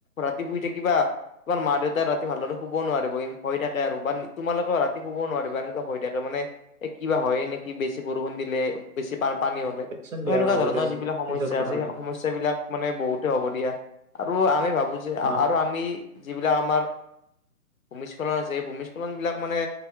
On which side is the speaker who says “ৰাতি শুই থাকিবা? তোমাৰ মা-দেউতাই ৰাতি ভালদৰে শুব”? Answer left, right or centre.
Left